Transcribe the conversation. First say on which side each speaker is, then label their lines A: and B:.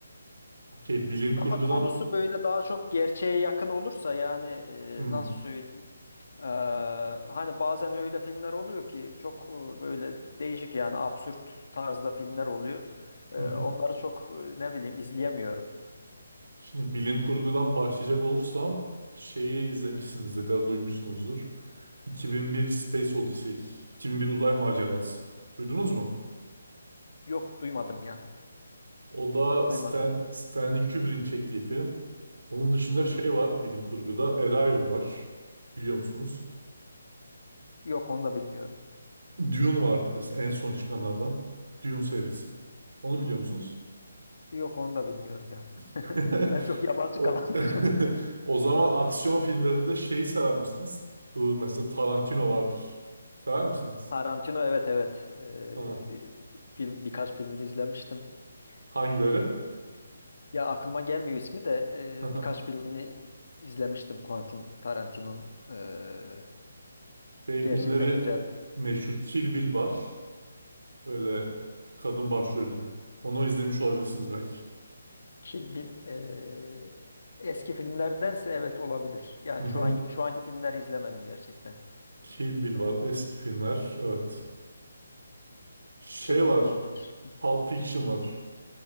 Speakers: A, on the right; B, on the left.
A: Okey. Bilim kurgudan...
B: Ama konusu böyle daha çok gerçeğe yakın olursa yani e,
A: Hı
B: nasıl söyleyeyim? Ee, hani bazen öyle filmler oluyor ki çok e, böyle değişik yani absürt tarzda filmler oluyor. Ee,
A: hı. hı.
B: onları çok e, ne bileyim izleyemiyorum.
A: Şimdi bilim kurgudan başlayacak olursam şeyi izlemişsinizdir ya da duymuşsunuzdur. iki bin bir Space Odyssey. iki bin bir Uzay Macerası. Duydunuz mu?
B: Yok duymadım ya.
A: O da
B: Duymadım.
A: Stan, Stanley Kubrick'in çektiği film. Onun dışında
B: Hı
A: şey
B: hı.
A: var bilim kurguda. Arrival var. Biliyor musunuz?
B: Yok onu da bilmiyorum.
A: Dune vardı mesela en son çıkanlardan. Dune serisi. Onu biliyor musunuz?
B: Yok onu da bilmiyorum ya.
A: <laughs>
B: <laughs> Ben çok yabancı
A: O,
B: kalmışım.
A: <laughs> o zaman aksiyon filmlerinde şeyi sever misiniz? Bu mesela Tarantino vardır. Sever misiniz?
B: <laughs> Tarantino evet evet. Ee,
A: Ha,
B: film birkaç filmini izlemiştim.
A: hangileri?
B: Ee, ya aklıma gelmiyor ismi de e,
A: <laughs>
B: birkaç filmini izlemiştim Quentin Tarantino'nun. Ee,
A: Şey
B: gerçekten
A: filmleri
B: güzeldi.
A: meşhur Kill Bill var. Böyle kadın başrollü. Onu izlemiş olabilirsiniz belki.
B: Kill Bill eee, eski filmlerdense evet olabilir. Yani
A: Hı hı.
B: şu an şu anki filmleri izlemedim gerçekten.
A: Kill Bill
B: Eee,
A: var. Eski filmler. Evet. Şey
B: Kill
A: var.
B: Bill olabilir.
A: Pulp Fiction var.